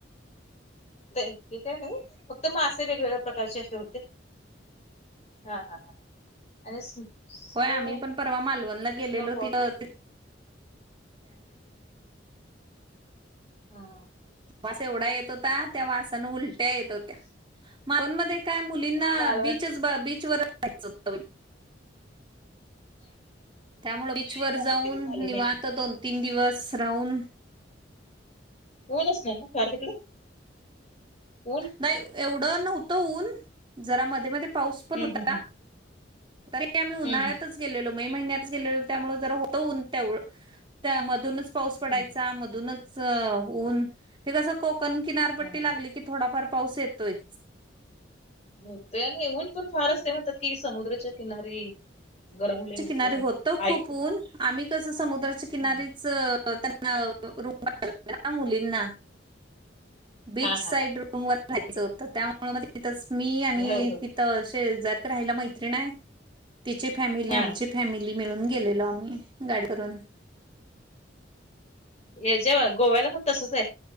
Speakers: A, on the left; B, on the right.
A: ते काय नाही फक्त मासे वेगवेगळ्या प्रकारचे असे होते. हा हा हां आणि स्नो
B: व्हय, आम्ही पण परवा मालवणला गेलेलो
A: स्नोफॉल
B: तिथं <inaudible>
A: हां
B: वास एवढा येत होता त्या वासान उलट्या येत होत्या मालवणमध्ये काय मुलींना
A: मालवण
B: बीचच बी बीचवर जायच होत बाई
A: हा,
B: त्यामुळे बीच
A: नाही
B: वर
A: माझं
B: जाऊन
A: कधी झालं
B: निवांत
A: नाही
B: दोन तीन दिवस राहून
A: ओनचं नाहीं नां कांर तिकडे ओन
B: नाहीं एवढं नव्हतं ऊंन जरां मध्यें मध्यें पाऊस पणं
A: हम्म
B: होतां
A: हम्म
B: तरं कांहीं आम्हीं उन्हाळ्यांतचं
A: हम्म हम्म
B: गेलेलो मे महिन्यात गेलेलो त्यामुळें ज होतं ऊंन तेवढं त्यामधून चं पाऊस पडायचां
A: हम्म हम्म
B: मधूंनच ऊंन ते कसं कोंकण किनारं पटी
A: हम्म
B: की थोडांफार पाऊस येतोयं
A: आणि येऊंन पणं फांर असते म्हणतांत की समुद्रांच्या किनारी गरमले
B: कां रे होतं खूंप
A: ऐकू
B: ऊंन आम्हीं कसं समुद्रांच्या किनारी
A: हम्म.
B: चं त्यांना रुं मुलींना बीचं
A: हा
B: साईड
A: हा हा
B: रूंम वरं राहायचं होतं त्यामुळें मी तेथेच मी आणि
A: हो हो
B: तरं असे जरं कां राहांला मैत्रीण तिची फॅमिली
A: हा
B: आमची फॅमिली मिळूंन गेलेलो आम्हीं गाईड करूंन
A: हे जेंव्हां गोव्यांला पणं तसंच आहे